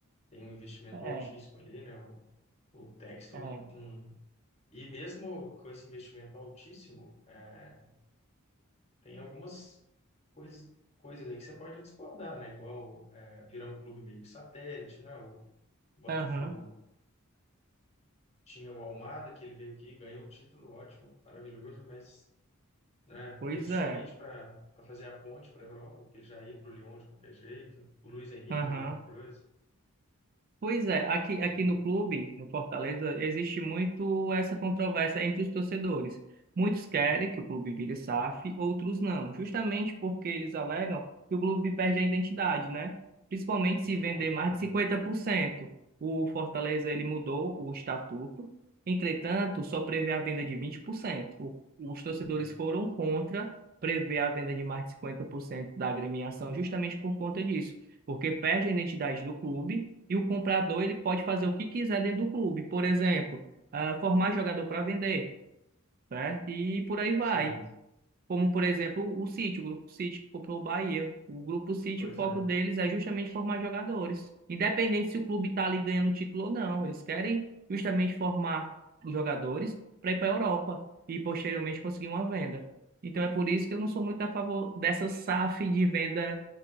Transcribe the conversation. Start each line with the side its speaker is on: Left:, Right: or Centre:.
Left: Tem um investimento
Right: É,
Left: altíssimo ali, né? O, o Textor
Right: é.
Left: não, não- e mesmo com esse investimento altíssimo, é, Tem algumas coisas, coisas aí que você pode discordar, né? Igual é, virar um clube meio que satélite, né? O Botafogo
Right: Aham,
Left: tinha o Almada, que ele veio aqui, ganhou o título, ótimo, maravilhoso, mas né,
Right: pois
Left: veio somente
Right: é.
Left: para para fazer a ponte para a Europa, porque ele já ia para o Lyon de qualquer jeito. O Luiz Henrique,
Right: Aham.
Left: a mesma coisa.
Right: Pois é, aqui,
Left: Então,
Right: aqui no clube, no Fortaleza, existe muito essa controvérsia entre os torcedores. Muitos querem
Left: uhum,
Right: que o clube vire SAF, outros não, justamente porque eles alegam que o clube perde a identidade, né? Principalmente
Left: eu
Right: se
Left: sou
Right: vender
Left: contra
Right: mais
Left: também.
Right: de cinquenta por cento O Fortaleza, ele mudou o estatuto, entretanto, só prevê a venda de 20%. O- os torcedores
Left: Uhum,
Right: foram contra prever a venda de mais de 50% da agremiação justamente por conta disso, porque perde a identidade do clube e o comprador ele pode fazer o que quiser dentro do clube. Por exemplo, ah, formar jogador para vender, certo? E por aí vai.
Left: Sim,
Right: Como, por exemplo, o City, o Grupo City que comprou o Bahia. O Grupo City,
Left: pois
Right: o foco
Left: é.
Right: deles é justamente formar jogadores. Independente se o clube está ali ganhando título ou não, eles querem justamente formar jogadores para ir para a Europa e posteriormente conseguir uma venda. Então é por isso que eu não sou muito a favor dessa SAF de venda